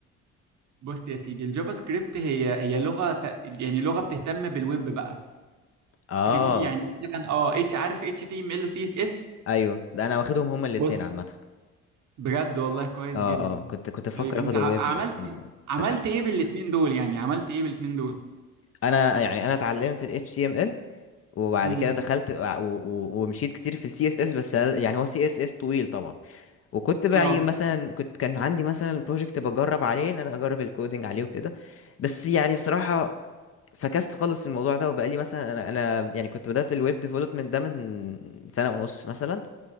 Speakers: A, on the right (about 55°); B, on the left (about 40°).
A: <laughs> بص يا سيدي الجافا سكريبت هي هي لغه ت- يعني لغه بتهتم بالويب بقى
B: اه
A: فاهمني يعني مثلا اه اتش عارف اتش تي ام ال وسي اس اس
B: ايوه ده انا واخدهم هما الاتنين
A: بص
B: عامة
A: بجد والله كويس
B: اه
A: جدا
B: اه كنت كنت بفكر
A: طيب انت
B: اخد
A: ع-
B: الويب
A: عملت
B: بس
A: إيه؟ عملت
B: فكست
A: ايه بالاتنين دول يعني عملت ايه بالاتنين دول
B: انا يعني انا اتعلمت ال HTML وبعد
A: امم
B: كده دخلت و- و- ومشيت كتير في ال CSS بس هل- يعني هو CSS طويل طبعا وكنت بقى
A: اه
B: يعني مثلا كنت كان عندي مثلا بروجكت بجرب عليه ان انا اجرب الكودينج عليه وكده بس يعني بصراحة فكست خالص الموضوع ده وبقالي مثلا انا انا يعني كنت بدأت الويب ديفلوبمنت ده من سنة ونص مثلا